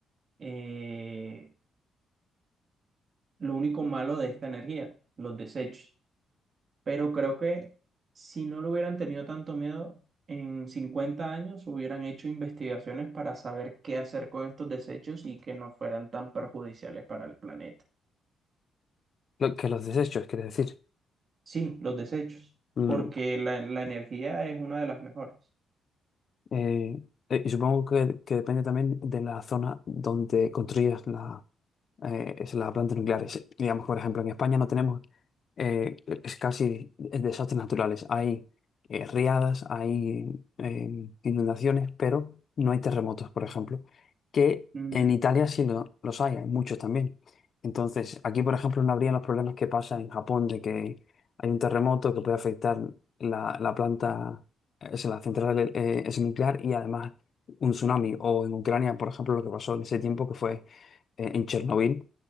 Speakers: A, on the right; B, on the left.
A: eh, lo único malo de esta energía, los desechos. Pero creo que si no lo hubieran tenido tanto miedo, en 50 años hubieran hecho investigaciones para saber qué hacer con estos desechos y que no fueran tan perjudiciales para el planeta.
B: Lo- que los desechos, quiere decir.
A: Sí, los desechos,
B: Mm,
A: porque la, la energía es una de las mejores.
B: eh, eh, y supongo que, que depende también de la zona donde construyas la, eh, es la planta nuclear. Es- digamos, que, por ejemplo, en España no tenemos eh, es casi desastres naturales. Hay eh, riadas, hay eh, inundaciones, pero no hay terremotos, por ejemplo, que
A: Mm,
B: en Italia sí lo- los hay, hay muchos también. Entonces, aquí, por ejemplo, no habría los problemas que pasa en Japón de que hay un terremoto que puede afectar la, la planta, es la central eh, es nuclear y además un tsunami. O en Ucrania, por ejemplo, lo que pasó en ese tiempo que fue eh, en Chernobyl,